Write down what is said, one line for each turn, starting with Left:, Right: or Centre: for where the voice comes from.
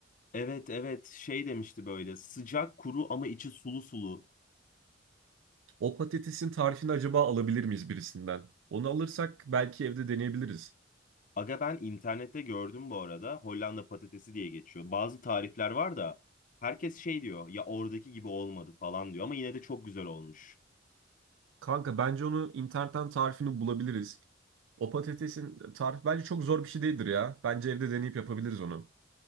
Left: Evet evet şey demişti böyle sıcak kuru ama içi sulu sulu.
Right: O patatesin tarifini acaba alabilir miyiz birisinden? Onu alırsak belki evde deneyebiliriz.
Left: Aga ben internette gördüm bu arada Hollanda patatesi diye geçiyor. Bazı tarifler var da herkes şey diyor ya oradaki gibi olmadı falan diyor ama yine de çok güzel olmuş.
Right: Kanka bence onu internetten tarifini bulabiliriz. O patatesin tarifi bence çok zor bir şey değildir ya. Bence evde deneyip yapabiliriz onu.